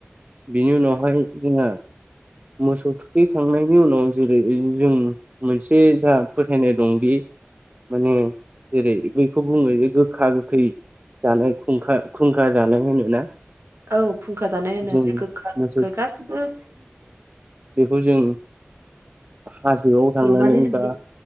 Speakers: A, on the right; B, on the right.
A: बिनि उनावहाय जोंहा मोसौ थुखै खांनायनि उनाव जेरै जों मोनसे जा फोथायनाय दं बे माने जेरै बैखौ बुङो जे गोखा गोखै जाना खुंखा खुंखा जानाय होनोना।
B: औ खुंखा जानाय होनो
A: जों
B: गोखा
A: मोसौ
B: गोखै गासिबो
A: खौ जों हाजोआव थांनानै
B: एवनानै जायो
A: बा